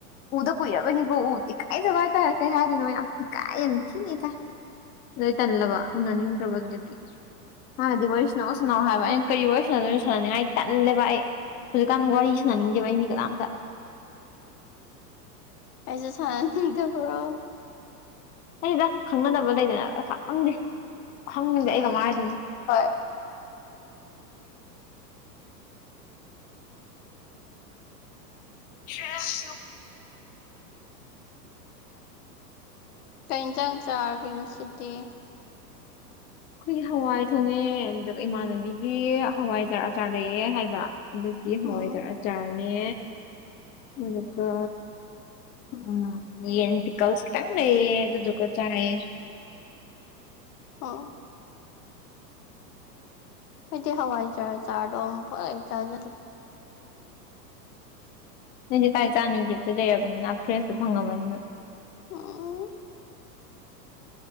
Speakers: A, on the left; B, on the left.
A: ꯎꯗ ꯀꯨꯏꯔꯕꯒꯤꯀꯣ ꯎ ꯏꯀꯥꯏꯗꯕ ꯍꯥꯏꯇꯥꯥꯔꯛ ꯀꯩ ꯍꯥꯏꯗꯣꯏꯅꯣ ꯌꯥꯝ ꯏꯀꯥꯏ ꯌꯥꯝ ꯊꯤꯅꯤ ꯀꯥꯏ ꯑꯗꯨꯩ ꯇꯜꯂꯕ ꯎꯅꯅꯤꯡꯗ꯭ꯔꯕ ꯑꯗꯨꯗꯒꯤ ꯍꯥꯟꯅꯗꯤ ꯋꯥꯔꯤꯁꯤꯅꯎ ꯁꯤꯅꯎ ꯍꯥꯏꯕ ꯑꯩꯅ ꯀꯔꯤ ꯋꯥꯔꯤꯁꯤꯅꯣꯗꯣꯏꯅꯣ ꯁꯥꯟꯅꯅꯤꯡꯉꯥꯏ ꯇꯜꯂꯦꯕ ꯑꯩ ꯍꯧꯖꯤꯛꯀꯥꯟ ꯋꯥꯔꯤꯁꯤꯅꯅꯤꯡꯗꯦꯕꯒꯤ ꯃꯤ ꯀꯗꯥꯝꯇ
B: ꯍꯥꯏꯁ ꯁꯥꯟꯗ ꯄꯨ꯭ꯔꯣ
A: ꯀꯗ ꯈꯪꯅꯗꯅꯕ ꯂꯩꯗꯅ ꯄꯩꯁꯥ ꯈꯪꯗꯦ ꯈꯪꯗꯦ ꯑꯩ
B: ꯍꯣꯏ
A: ꯀꯃꯥꯏ ꯍꯥꯏꯗꯣꯏꯅꯣ ꯍꯣꯏ ꯁꯁ ꯌ
B: ꯀ ꯏꯟꯁꯥꯡ ꯆꯥꯒꯦꯅꯣ ꯁꯤꯗꯤ
A: ꯑꯩꯈꯣꯏꯒꯤ ꯍꯋꯥꯏ ꯊꯣꯡꯉꯦ ꯑ ꯏꯃꯥꯟꯅꯕꯤꯒꯤ ꯍꯋꯥꯏꯖ ꯑꯆꯥꯔ ꯂꯩꯑꯦ ꯍꯥꯏꯕ ꯑꯗꯨꯒꯤ ꯍꯣꯏ
B: ꯎꯝ
A: ꯆꯥꯔꯅꯦ ꯑꯗꯨꯒ ꯎꯝ ꯌꯦꯟꯗꯤꯤ ꯀꯜꯁ ꯀꯥꯏ ꯇꯗꯨꯒ ꯆꯥ <unintelligible>
B: ꯑꯥ ꯍꯥꯏꯗꯤ ꯍꯋꯥꯏꯖꯥ ꯆꯥꯔꯗꯣ ꯑꯃꯨꯛ ꯆꯥꯖꯗ
A: ꯅꯣꯏꯗꯤꯦ ꯀꯥꯏ ꯆꯥꯅꯤꯡꯒꯦꯇ ꯂꯩꯔꯕꯅꯤꯅ ꯐ꯭ꯔꯦꯁꯇꯣ ꯐꯪꯉꯕꯅꯤꯅ
B: ꯎꯝ